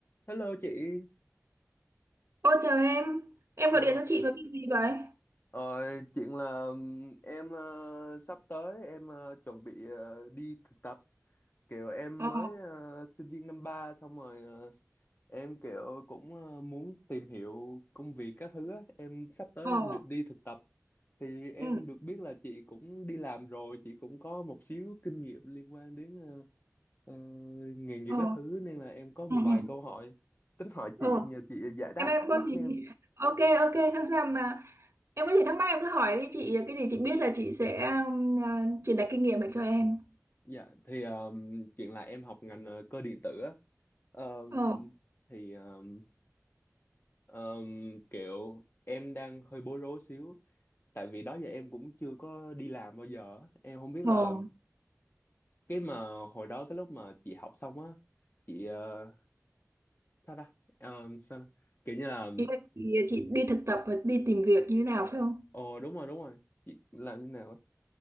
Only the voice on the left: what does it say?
Hello chị,
ờ,
ờ, chuyện là ừm, em ờ, sắp tới em ờ, chuẩn bị ờ, đi thực tập kiểu em
mới ờ, sinh viên năm ba xong rồi ờ, em kiểu cũng ờ, muốn tìm hiểu công việc các thứ á. Em sắp tới
em định đi thực tập thì em
được biết là chị cũng đi làm rồi chị cũng có một xíu kinh nghiệm liên quan đến ờ, ờ, nghề nghiệp
các thứ nên là em có một
vài câu hỏi tính hỏi
chị nhờ chị giải đáp
thắc
mắc
cho
em
Dạ thì um, chuyện là em học ngành ờ, cơ điện tử á Um,
thì um, um, kiểu em đang hơi bối rối xíu tại vì đó giờ em cũng chưa có đi làm bao giờ á. em không biết
là cái mà hồi đó cái lúc mà chị học xong á chị ờ, sao ta Um, sao ta? kiểu như là
ồ đúng rồi đúng rồi chị làm như nào á?